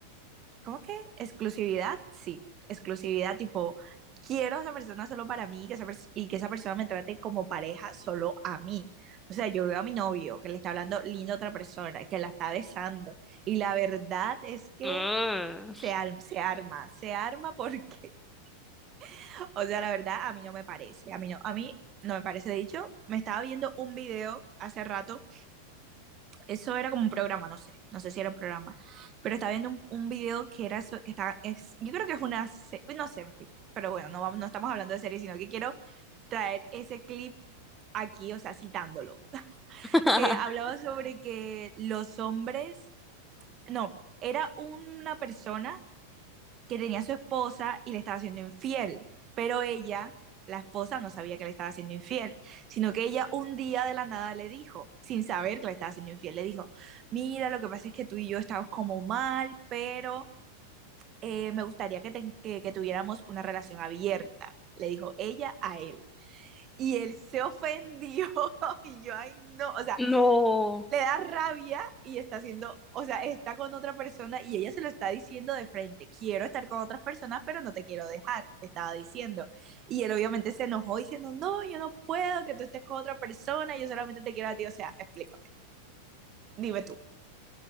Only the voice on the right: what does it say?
¿cómo es que? Exclusividad, sí, exclusividad tipo, quiero a esa persona solo para mí que esa pers- y que esa persona me trate como pareja solo a mí. O sea, yo veo a mi novio que le está hablando lindo a otra persona, que la está besando y la verdad es que
se, al- se arma, se arma porque, <laughs> o sea, la verdad a mí no me parece, a mí no, a mí no me parece. De hecho, me estaba viendo un video hace rato eso era como un programa, no sé, no sé si era un programa, pero estaba viendo un, un video que era, so- que estaba, es, yo creo que fue una, se- no sé, en fin, pero bueno, no, vamos- no estamos hablando de series, sino que quiero traer ese clip aquí, o sea, citándolo.
Eh, hablaba sobre que los hombres, no, era una persona que tenía a su esposa y le estaba siendo infiel, pero ella, la esposa, no sabía que le estaba siendo infiel, sino que ella un día de la nada le dijo, sin saber que le estaba siendo infiel, le dijo, mira, lo que pasa es que tú y yo estamos como mal, pero eh, me gustaría que, te- que, que tuviéramos una relación abierta, le dijo ella a él. Y él se ofendió <laughs> y yo, ay, no, o sea,
le da rabia y está haciendo, o sea, está con otra persona y ella se lo está diciendo de frente, quiero estar con otras personas, pero no te quiero dejar, estaba diciendo. Y él obviamente se enojó diciendo, no, yo no puedo que tú estés con otra persona, yo solamente te quiero a ti, o sea, explícame, dime tú.